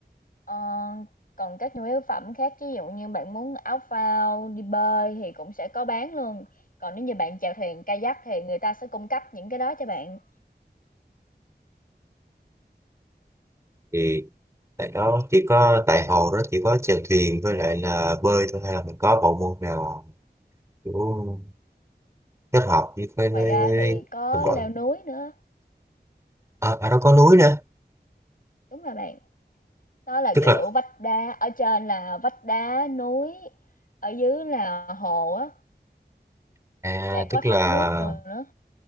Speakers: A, on the left (about 50°); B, on the right (about 15°).
A: Ờ, còn các nhu yếu phẩm khác, ví dụ như bạn muốn áo phao, đi bơi thì cũng sẽ có bán luôn. Còn nếu như bạn chèo thuyền kayak thì người ta sẽ cung cấp những cái đó cho bạn.
B: thì tại đó chỉ có tại hồ đó chỉ có chèo thuyền với lại là bơi thôi hay là mình có bộ môn nào kiểu kết hợp với với,
A: Ngoài
B: với,
A: ra
B: với
A: thì có
B: đồng đội.
A: leo núi nữa,
B: Ờ, ở đó có núi nữa.
A: đúng rồi bạn. Đó là
B: Tức
A: kiểu
B: là
A: vách đá, ở trên là vách đá núi, ở dưới là hồ á,
B: à,
A: sẽ
B: tức
A: có thác
B: là
A: nước rồi nữa.